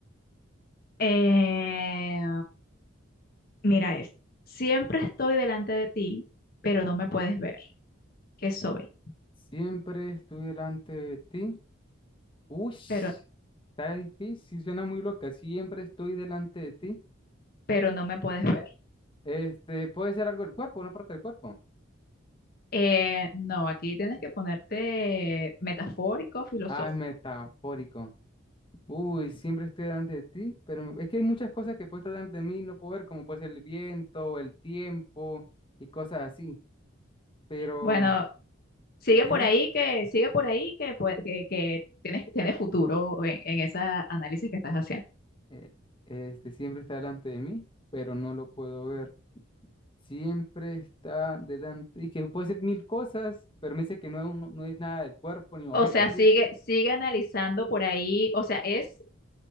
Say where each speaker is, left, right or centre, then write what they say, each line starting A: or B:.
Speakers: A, on the left; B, on the left.
A: Eh, mira esto. Siempre estoy delante de ti, pero no me puedes ver. ¿Qué soy?
B: Siempre estoy delante de ti. Uy,
A: Pero,
B: está difícil, suena muy loca. Siempre estoy delante de ti.
A: pero no me puedes ver.
B: Este, puede ser algo del cuerpo, una parte del cuerpo.
A: Eh, no, aquí tienes que ponerte metafórico, filosófico.
B: Ah, es metafórico. Uy, siempre estoy delante de ti, pero me- es que hay muchas cosas que puede estar delante de mí y no puedo ver, como puede ser el viento, el tiempo y cosas así. Pero,
A: Bueno, sigue
B: dime,
A: por ahí que, sigue por ahí que, pue- que, que tienes, tienes futuro en, en ese análisis que estás haciendo.
B: eh, este, siempre está delante de mí, pero no lo puedo ver. Siempre está delante, y que puede ser mil cosas, pero me dice que no es, un- no es nada del cuerpo ni objeto,
A: O sea,
B: ¿sí?
A: sigue, sigue analizando por ahí. O sea, es